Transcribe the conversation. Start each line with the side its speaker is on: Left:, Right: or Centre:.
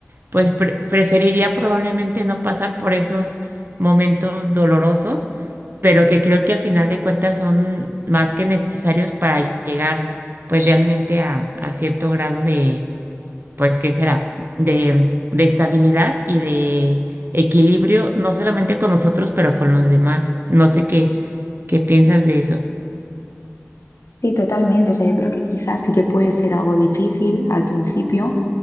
Right: pues pre- preferiría probablemente no pasar por esos momentos dolorosos, pero que creo que al final de cuentas son más que necesarios para llegar pues realmente a, a cierto grado de, pues, ¿qué será? De, de estabilidad y de equilibrio, no solamente con nosotros, pero con los demás. No sé qué, qué piensas de eso.
Left: Sí, totalmente. O sea, yo creo que quizás sí que puede ser algo difícil al principio,